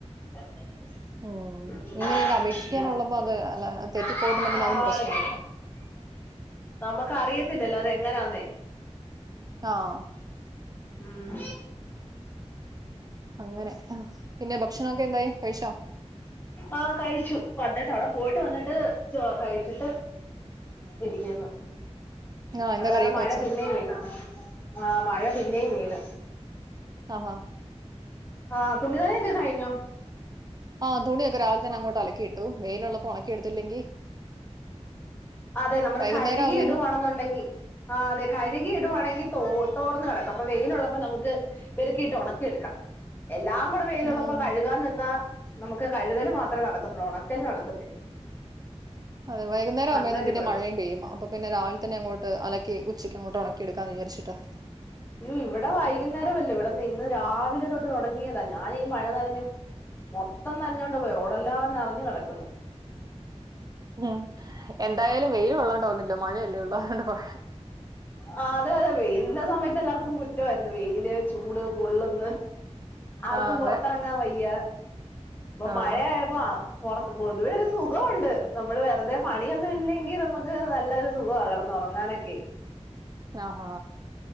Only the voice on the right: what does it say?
ഉം ഇങ്ങനെയൊക്കെ അപേക്ഷിക്കാനുള്ളപ്പോ അത് അല്ല തെറ്റിപ്പോയിട്ടുണ്ടെ പിന്നെ
അതും പ്രശ്നമായി
ആഹ്
അങ്ങെനെ ആഹ് പിന്നെ ഭക്ഷണൊക്കെ എന്തായി കഴിച്ചോ
ആഹ്
എന്താ
കറിയൊക്കെ
വെച്ചേ
ആഹ് ഹാ
ആഹ് തുണിയൊക്കെ രാവിൽ തന്നെ അങ്ങോട്ട് അലക്കി ഇട്ടു വെയിലുള്ളപ്പാെ ഒണക്കി എട്ത്തില്ലെങ്കി
വൈകുന്നേരം
ആകുമ്പേന്ന്
ഉം
അതെ വൈക്ന്നരാവ്മ്പേന്നും
പിന്നെ
മഴെയും പെയ്യും അ പ്പൊ പിന്നെ രാവിൽ തന്നെ അങ്ങോട്ട് അലക്കി ഉച്ചയ്ക്കങ്ങോട്ട് ഒണക്കി എട്ക്കാന്ന് വിചാര്ച്ചിട്ടാ
ഉം എന്തായാലും വെയില് കൊള്ളാണ്ടോന്നില്ലോ മഴയല്ലേ ഉള്ളൂ അതൊണ്ട പോ
ആഹ്
അതെ
ആഹ്
ഞാഹാ